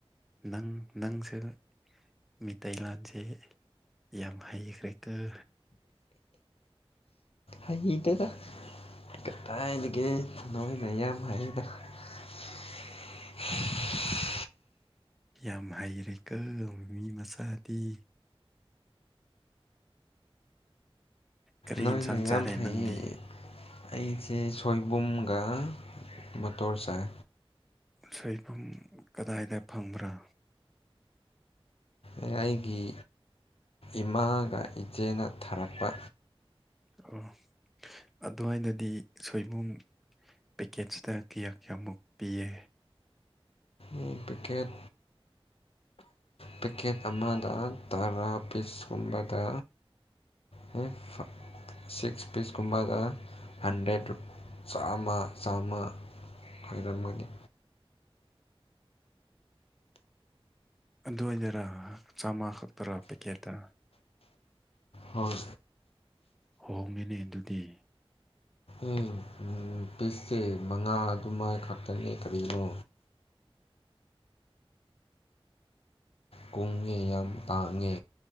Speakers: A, in the centre; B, on the left.
A: ꯅꯪ ꯅꯪꯁꯦ ꯃꯤꯇꯩ ꯂꯥꯟꯁꯦ ꯌꯥꯝ ꯍꯩꯈ꯭ꯔꯦꯀꫭ
B: ꯍꯩꯏꯇ‌ꯦꯗ ꯀꯗꯥꯏꯗꯒꯤ ꯅꯣꯏꯅ ꯌꯥꯝ ꯍꯩꯗ <unintelligible>
A: ꯌꯥꯝ ꯍꯩꯔꯦꯀꯪ ꯃꯤ ꯃꯆꯥꯗꯤ ꯀꯔꯤ
B: ꯅꯣꯏꯅ
A: ꯏꯟꯁꯥꯡ
B: ꯌꯥꯝ
A: ꯆꯥꯔꯦ
B: ꯍꯩꯌ‌ꯦ
A: ꯅꯪꯗꯤ
B: ꯑꯩꯁꯦ ꯁꯣꯏꯕꯨꯝꯒ ꯃꯣꯇꯣꯔ ꯆꯥꯏ
A: ꯁꯣꯏꯐꯨꯝ ꯀꯗꯥꯏꯗ ꯐꯪꯕ꯭ꯔꯥ
B: ꯑꯩꯒꯤ ꯏꯃꯥꯒ ꯏꯆꯦꯅ ꯊꯥꯔꯛꯄ
A: ꯑꯣ ꯑꯗꯨꯋꯥꯏꯗꯗꯤ ꯁꯣꯏꯕꯨꯝ ꯄꯦꯀꯦꯁꯇ ꯀꯌꯥ ꯀꯌꯥꯃꯨꯛ ꯄꯤꯌꯦ
B: ꯑꯝ ꯄꯦꯀꯦꯠ ꯄꯦꯛꯀꯦꯠ ꯑꯃꯗ ꯇꯔꯥ ꯄꯤꯁ ꯀꯨꯝꯕꯗ ꯍ‌ꯦ ꯍꯛ ꯁꯤꯛꯁ ꯄꯤꯁꯀꯨꯝꯕꯒ ꯍꯟꯗ꯭ꯔꯦꯠ ꯔꯨꯞ ꯆꯥꯝꯃ ꯆꯥꯝꯃ ꯈꯣꯏꯔꯝꯒꯅꯤ
A: ꯑꯗꯨꯋꯥꯏꯗꯔꯥ ꯆꯥꯝꯃꯥ ꯈꯛꯇꯔꯥ ꯄꯦꯀꯦꯠꯇ
B: ꯍꯣꯏ
A: ꯍꯣꯡꯉꯤꯅꯦ ꯑꯗꯨꯗꯤ
B: ꯎꯝ ꯄꯤꯁꯁꯦ ꯃꯉꯥ ꯑꯗꯨꯃꯥꯏ ꯈꯛꯇꯅꯤ ꯀꯔꯤꯅꯣ ꯀꯨꯡꯉꯦ ꯌꯥꯝ ꯇꯥꯡꯉꯦ